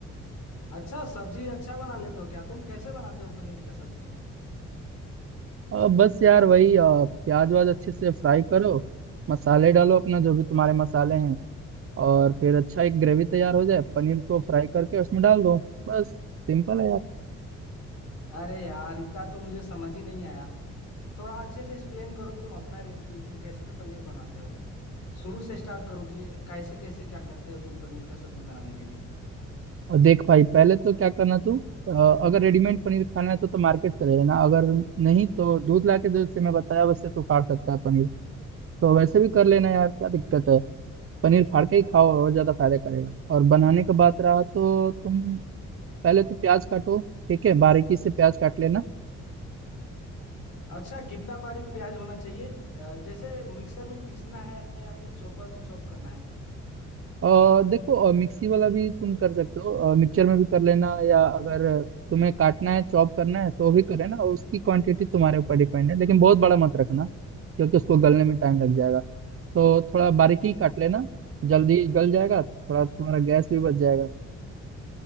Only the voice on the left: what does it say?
अच्छा सब्जी अच्छा बना लेते हो क्या तुम कैसे बनाते हो पनीर का सब्जी
अरे यार इतना तो मुझे समझ ही नहीं आया थोड़ा अच्छे से एक्सप्लेन करो तुम अपना रेसिपी तुम कैसे पनीर बनाते हो शुरू से स्टार्ट करो कि कैसे कैसे क्या करते हो तुम पनीर का सब्जी बनाने के लिए
अच्छा कितना बारीक प्याज होना चाहिए अ, जैसे मिक्सर में पीसना है या फिर चॉपर में चॉप करना है